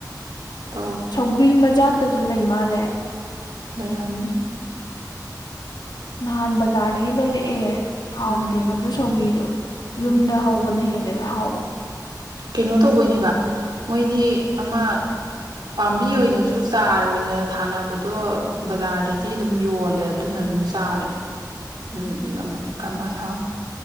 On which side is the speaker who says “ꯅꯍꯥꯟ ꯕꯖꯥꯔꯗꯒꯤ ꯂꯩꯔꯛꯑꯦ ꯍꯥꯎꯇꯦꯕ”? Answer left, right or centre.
Left